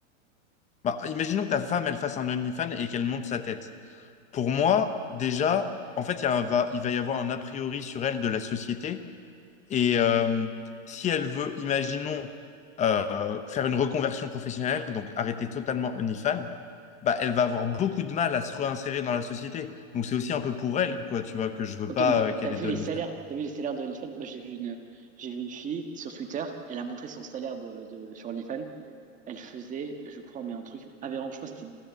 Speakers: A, on the left (about 20°); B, on the right (about 20°).
A: Bah, imaginons que ta femme, elle fasse un OnlyFans et qu'elle monte sa tête. Pour moi, déjà, en fait, il y a un va, il va y avoir un a priori sur elle de la société et euh, si elle veut, imaginons, euh, faire une reconversion professionnelle, donc arrêter totalement OnlyFans, bah, elle va avoir beaucoup de mal à se réinsérer dans la société. Donc c'est aussi un peu pour elle, quoi, tu vois, que je veux
B: Ok,
A: pas
B: mais
A: euh, qu'elle
B: t'as vu
A: ait de
B: les
A: OnlyFans.
B: salaires, t'as vu les salaires de OnlyFans? Moi, j'ai vu une, j'ai vu une fille sur Twitter. Elle a montré son salaire de, de sur OnlyFans. Elle faisait, je crois, mais un truc aberrant. Je crois que c'était